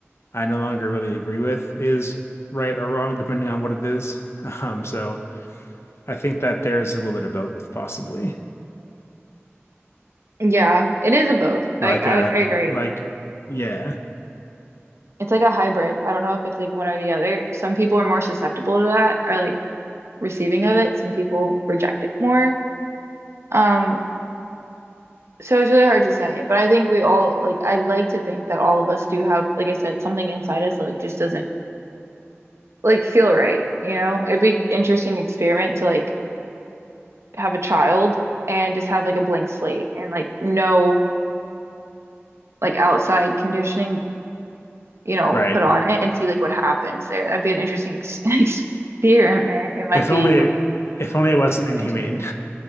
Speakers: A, on the left; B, on the right.
A: I no longer really agree with is right or wrong depending on what it is. <laughs> Um, so. I think that there is a little bit of both, possibly.
B: Yeah, it is a both.
A: Like
B: Like I,
A: uh
B: I agree.
A: like yeah,
B: It's like a hybrid. I don't know if it's like one or the other. Some people are more susceptible to that or like receiving of it. Some people reject it more. Um, So it's really hard to say, but I think we all like I like to think that all of us do have, like I said, something inside us that like just doesn't like feel right, you know? It'd be interesting experiment to like have a child and just have like a blank slate and like no like outside conditioning, you know,
A: right.
B: put on it and see like what happens there. That'd be an interesting ex <laughs> experiment. It might
A: If
B: be
A: only
B: a,
A: it if only it wasn't inhumane.
B: an issue.